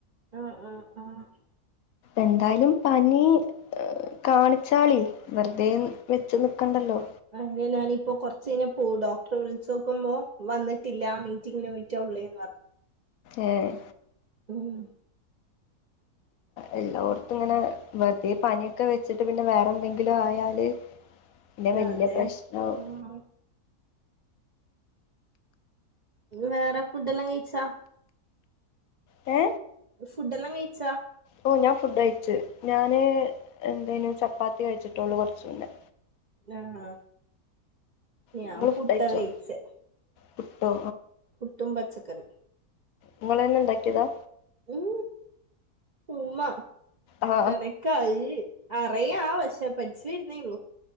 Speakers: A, on the right; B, on the left.
A: ആഹ് ആഹ് ആഹ്
B: എന്തായാലും പനി കാണിച്ചാളി വെറുതെ വെച്ച് നിക്കണ്ടല്ലോ?
A: അങ് ഞാനിപ്പോ കൊറച്ച് കഴിഞ്ഞാ പോവു ഡോക്ടറെ വിളിച്ചോക്കുമ്പോ വന്നിട്ടില്ല മീറ്റിങ്ങിന പോയിട്ടോ ള്ളിന്ന് പറ്
B: ഏഹ്
A: ഉം <inaudible>
B: എല്ലോട്ത്തും ങ്ങനെ വെറുതെ പനിയൊക്കെ വെച്ചിട്ട് പിന്നെ വേറെ ന്തെങ്കിലും ആയാല്. ഇല്ലെ വല്ല്യ
A: അതെ
B: പ്രശ്നാവും
A: ഉം പിന്നെ വേറെ. ഫുഡെല്ലാം കഴിച്ചാ?
B: എ
A: ഫുഡെല്ലാം കഴിച്ചാ?
B: ഓ ഞാൻ ഫുഡ് കയിച്ച്. ഞാൻ എന്തേനു ചപ്പാത്തി കഴിച്ചിട്ടൊള്ളൂ കുറച്ച് മുന്നെ.
A: ആഹ് ഞാൻ
B: നിങ്ങൾ
A: പുട്ടാ
B: ഫുഡ് കഴിച്ചോ
A: കയിച്ചേ
B: പുട്ടോ
A: പുട്ടും പച്ചക്കറിം
B: ഇങ്ങളെന്നെ ഇണ്ടാക്കിയതാ
A: ഉം ഉമ്മ
B: ആ
A: എനക്ക യീ അറിയാ പക്ഷേ പഠിച്ച് വരുന്നേ ഉള്ളൂ